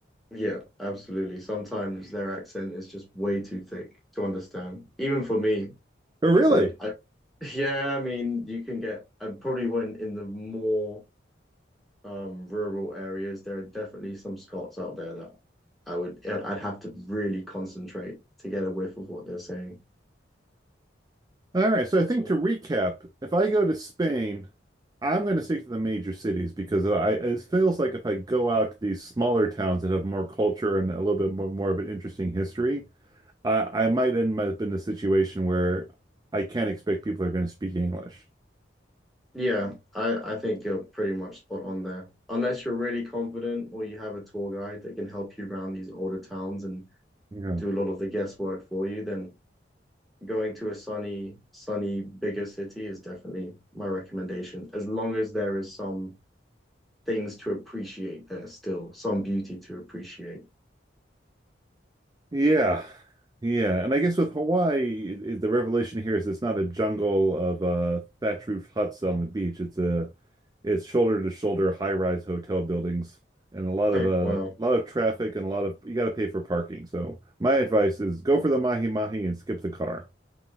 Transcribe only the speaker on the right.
Oh, really?
All right, so I think
to recap, if I go to Spain, I'm going to stick to the major cities because I it feels like if I go out to these smaller towns that have more culture and a little bit more, more of an interesting history, I, I might end up in a situation where I can't expect people are going to speak English.
Yeah.
Yeah. Yeah. And I guess with Hawaii, it, it- the revelation here is it's not a jungle of uh, thatch roof huts on the beach. It's a it's shoulder to shoulder high rise hotel buildings and a lot
of uh,
a lot of traffic and a lot of you got to pay for parking. So my advice is go for the mahi mahi and skip the car.